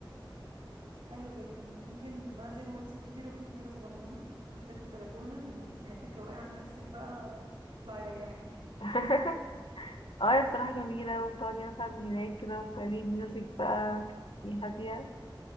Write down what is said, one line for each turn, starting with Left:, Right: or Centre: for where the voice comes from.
Right: حلو جدا وممكن بقى زي ما قلت تجيبي ركن كده صغنونة تحطيها في البلكونة لما تحبي تروقي عن نفسك بقى اطلعي ريحي هناك
Left: <laughs> اه هي بصراحة جميلة وتقعدي مثلا هناك كده وتشغلي ميوزك بقى تبقي هادية